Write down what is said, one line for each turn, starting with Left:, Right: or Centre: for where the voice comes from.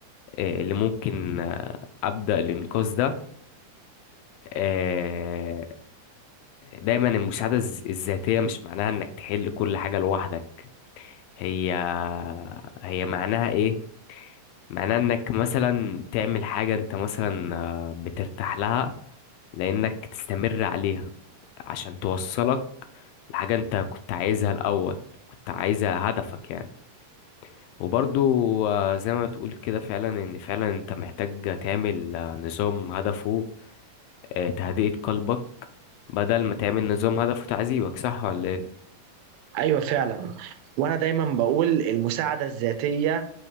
Left: آه اللي ممكن آه ابدا الانقاذ ده آه، دايما المساعدة الذ- الذاتية مش معناها انك تحل كل حاجة لوحدك هي هي معناها ايه معناها انك مثلا تعمل حاجة انت مثلا آه، بترتاح لها لانك تستمر عليها عشان توصلك لحاجة انت كنت عايزها الاول كنت عايزها هدفك يعني وبرضو آه، زي ما بتقول كده فعلا ان فعلا انت محتاج تعمل آه، نظام هدفه آه، تهدئة قلبك بدل ما تعمل نظام هدفه تعذيبك صح ولا ايه
Right: ايوه فعلا وانا دايما بقول المساعده الذاتيه